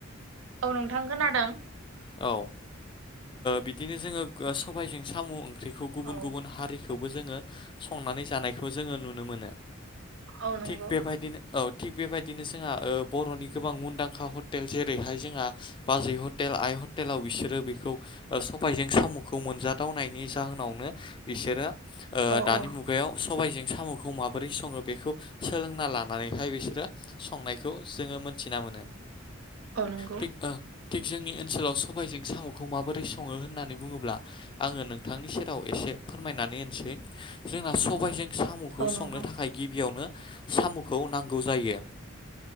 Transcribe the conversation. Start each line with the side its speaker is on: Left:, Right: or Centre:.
Right: औ नोंथां खोनादों
Left: औ बिदिनो ओ जोंङो सबायजों साम' ओंख्रिखौ गुबुन
Right: औ
Left: गुबुन हारि खौवबो जोंङो संनानै जानायखौ जोंङो नुनो मोनो
Right: औ नंगौ
Left: थिग बेबायदिनो औ थिग बेबायदिनो जों बर'नि गोबां मुंदांखा हटेल जेरैहाय जोंहा बाजै हटेल आइ ह टेलाव बिसोरो बेखौ सबायजों साम'खौ मोनजाथावनायनि जाहोनावनो बिसोरो ओ
Right: औ
Left: दानि
Right: औ
Left: मुगायाव सबाइजों साम' खौ माबोरै सङो बेखौ सोलोंना लानानैहाय बिसोरो संनायखौ जोङो मोनथिना मोनो
Right: औ नंगौ
Left: थिग ओ थिग जोंनि ओनसोलाव स बायजों साम'खौ माबोरै सङो होननानै बुङोब्ला आङो नोंथांनि सेराव एसे फोरमायनानै होनोसै जोंना सबायजों साम'खौ
Right: औ नोंथां
Left: संनो थाखाय गिबियावनो साम'खौ नांगौ जायो